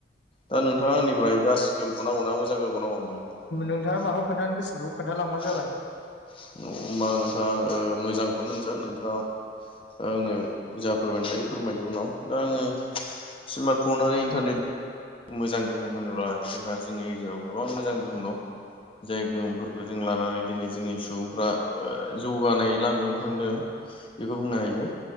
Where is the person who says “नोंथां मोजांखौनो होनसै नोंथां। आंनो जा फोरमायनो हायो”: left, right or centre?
Left